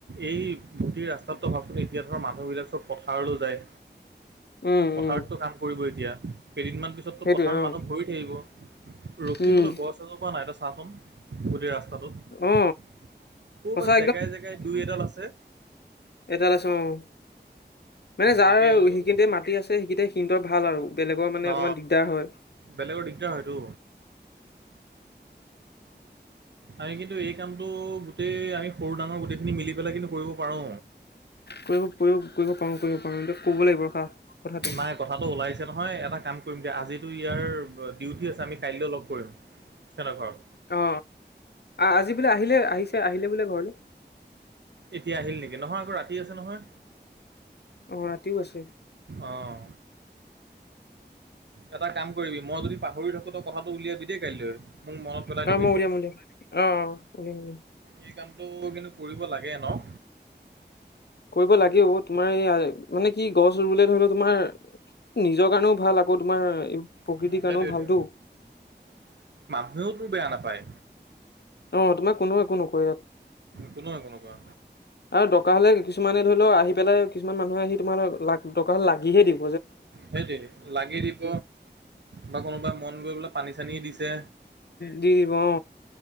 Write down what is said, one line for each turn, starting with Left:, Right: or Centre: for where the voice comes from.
Right: এই গোটেইৰ ৰাস্তাততো ভাবচোন এতিয়া ধৰ মানুহবিলাক চব পথাৰলৈ যায়।
Left: উম
Right: পথাৰতটো
Left: উম
Right: কাম কৰিব এতিয়া কেইদিনমান পিছতো
Left: সেইটোৱে
Right: পথাৰত
Left: অ
Right: মানুহ ভৰি থাকিব ৰখিবলৈ
Left: উম
Right: গছ এজোপা নাই তই চাচোন গোটেই ৰাস্তা ক'বাত
Left: অ সঁচা
Right: জেগাই জেগাই দুই এডাল আছে।
Left: এটালছ <unintelligible> মানে যাৰ
Right: লাগে অ'
Left: সেইখিনতে মাটি আছে সেইখিনি ভাল আৰু। বেলেগৰ মানে অকণমান
Right: অ
Left: দিগদাৰ হয়
Right: বেলেগৰ দিগদাৰ হয়টো আমি কিন্তু এই কামতটো গোটেই আমি সৰু ডাঙৰ গোটেইখিনি মিলি পেলাই কিন্তু কৰিব পাৰো।
Left: কৰিব কৰিব কৰিব পাৰোঁ কৰিব পাৰোঁ এতিয়া ক'ব লাগিব ৰখা কথাটো
Right: নাই কথাটো ওলাইছে নহয় এটা কাম আজিতো ইয়াৰ ডিউটি আছে আমি কাইলৈ লগ কৰিম হেতৰ ঘৰত
Left: অ আজি বোলে আহিল আহিলে বোলে ঘৰলৈ।
Right: এতিয়া আহিল নেকি নহয় আকৌ ৰাতি আছে নহয়
Left: অ ৰাতিও আছে।
Right: অঁ এটা কাম কৰিবি মই যদি পাহৰি থাকো তই কথাটো উলিয়াবি দেই কাইলৈ। মোক মনত পেলাই
Left: কাৰণ
Right: দিবি।
Left: মই উলিয়াম অ উলিয়াম
Right: এই কামটো কিন্তু কৰিব লাগে ন'।
Left: কৰিব লাগেও তোমাৰ এই মানে কি গছ ৰুবলে ধৰি লও তোমাৰ নিজৰ কাৰণেও ভাল আকৌ তোমাৰ এই প্ৰকৃতিৰ
Right: উম সেইটোৱেইটো।
Left: কাৰণেও ভালটো
Right: কোনেওতো বেয়া নাপায়
Left: অ তোমাক কোনো একো নকৰে ইয়াত
Right: কোনোৱে কোনোবা
Left: আও দকা হ'লে কিছুমানে ধৰি লও আহি পেলাই কিছুমান মানুহে আহি তোমাৰ টকা লাগিহে দিওঁ।
Right: সেইটোৱে লাগি দিব বা কোনোবাই মন গৈ বোলে পানী চানী দিছে।
Left: দিব অ।